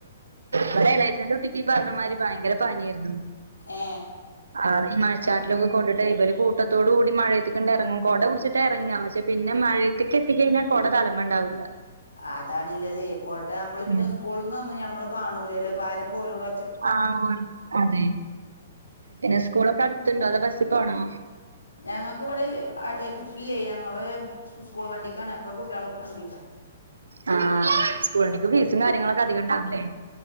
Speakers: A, on the right; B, on the left.
A: ബടെളേച്ചന്റുട്ടി ക്കീ പറഞ്ഞമായ്രി ഭയങ്കര പനി ഏര്ന്നു
B: ഏ..
A: ആ ഈ മയച്ചാറ്റലൊക്കെ കൊണ്ടിട്ടേ ഇബരു കൂട്ടത്തോടൂടി മഴത്തേക്കിണ്ടെറങ്ങും കൊട പിടിച്ചിട്ടാ ഇറങ്ങാ മറ്റെ പിന്നെ മയെത്തിക്കെത്തിക്കയ്ഞ്ഞാ കൊട തലമ്മേ ഉണ്ടാവൂല്ല
B: അതാണ് ല്ലതെയ് കൊട അമ്മള് പിന്നെ
A: ഉം
B: ഉസ്കൂൾ നൊന്നും ഞമ്മള് കാണൂലല്ലോ പാര പോലോട
A: ആ അതെ പിന്നെ സ്കൂളൊക്കെ അടുത്തുണ്ടോ അതോ ബസ്സി പോണോ
B: ഞങ്ങക്ക് ബടെ ല്ലേ അ എ ല്ലേയ് ഞങ്ങള് ഉസ്കൂൾ വണ്ടിക്കാണ ഒക്കെ കുട്ട്യാള് വണ്ടിക്കാ
A: ആ സ്കൂളണ്ടിക്ക് ഫീസും കാര്യങ്ങളൊക്കെ അധിക്കുണ്ടാവില്ലേ